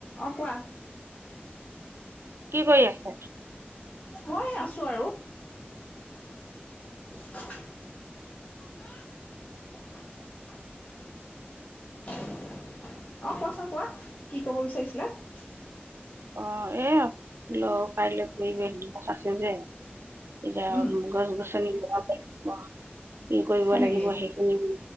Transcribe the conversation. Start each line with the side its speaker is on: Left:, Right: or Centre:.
Left: অ কোৱা।
Right: কি কৰি আছে?
Left: মই আছো আৰু। অ', কোৱাচোন কোৱা? কি ক'ব বিচাৰিছিলা?
Right: অ এ ল কাইলে পৰিৱেশ দিৱস আছে যে এতিয়া
Left: উম
Right: গছ গছনি লগাব লাগিব। কি কৰিব
Left: হয় নেকি
Right: লাগিব, সেইখিনি